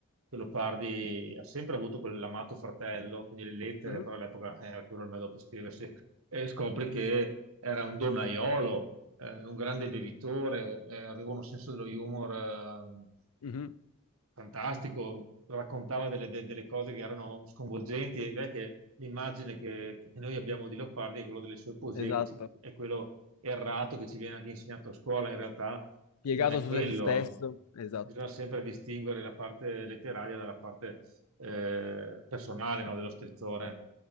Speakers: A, on the right; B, on the left.
A: che Leopardi ha sempre avuto quell'amato fratello, quindi le lettere,
B: mhm,
A: però all'epoca eh, era quello il modo per scriversi, e scopri che era un donnaiolo, eh, un grande bevitore, eh, aveva un senso dello humor ehm,
B: mhm,
A: fantastico, raccontava delle, de- delle cose che erano sconvolgenti e direi che l'immagine che, che noi abbiamo di Leopardi è quella delle sue poesie,
B: Esatto.
A: che ci- è quello errato che ci viene anche insegnato a scuola, in realtà
B: Piegato
A: non è
B: su
A: quello.
B: se stesso, esatto.
A: Bisogna sempre distinguere la parte letteraria dalla parte eh, personale, no, dello scrittore.